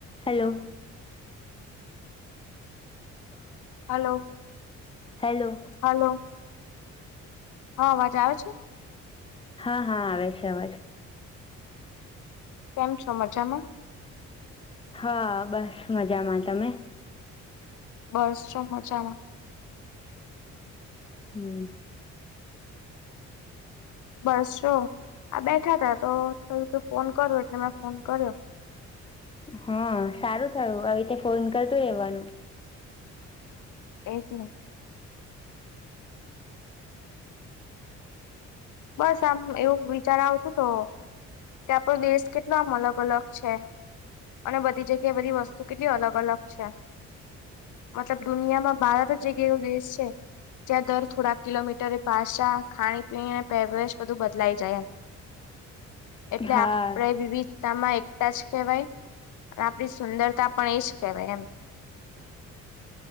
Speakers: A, on the left; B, on the left.
A: Hello
B: hello
A: hello
B: hello હા અવાજ આવે છે
A: હા હા આવે છે અવાજ
B: કેમ છો મજામાં
A: હા બસ મજામાં તમે
B: બસ જો મજામાં
A: હમ
B: બસ જો આ બેઠા તા તો થયું કે ફોન કરો એટલે મેં ફોન કર્યો
A: હા સારું થયું આવી રીતે ફોન કરતું રહેેવાનું
B: એજ ને બસ આમ એવું વિચાર આવતો તો કે આપડો દેશ કેટલામ અલગ અલગ છે. અને બધી જગ્યા એ બધી વસ્તુ કેટલી અલગ અલગ છે. મતલબ દુનિયામાં ભારત જ એક એવો દેશ છે જાર દર થોડા કિલોમીટરે ભાષા ખાણી પીણી પહેરવેશ બધું બદલાઈ જાય એટલે
A: હા
B: આપણેે વિવિધ તા માં એકતા જ કહેવાય અને આપડી સુંદરતા પણ એ જ કહેવાય એમ.